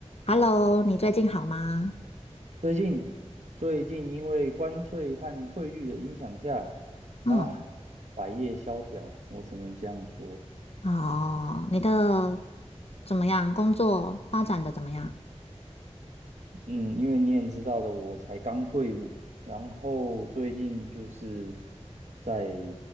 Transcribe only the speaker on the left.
Hello，你最近好吗？
嗯，
哦，你的怎么样？工作发展的怎么样？